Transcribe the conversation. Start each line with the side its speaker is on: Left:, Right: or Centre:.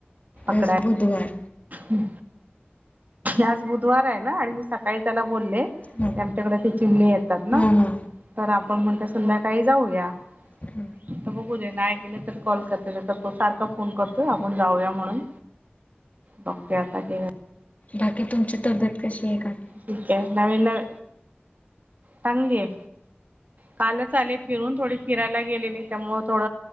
Right: पकडा.
Left: आज बुधवार
Right: म आज बुधवार आहे ना आणि मी सकाळी त्याला बोलले.
Left: हा
Right: आमच्याकडे ते चिमणी येतात ना
Left: हा हा
Right: तर मग म्हटल संध्याकाळी जाऊया.
Left: हा
Right: आता बघू दे नाही गेल तर कॉल करते तर तो सारखा फोन करतोय आपण जाऊया म्हूणन. बगते आता हे-
Left: बाकी तुमची तब्येत कशी आहे काकी.
Right: ठीक आहे. नवीन नवी चांगली आहे. कालच आले फिरून. थोडी फिरायला गेलेले. त्यामुळ थोड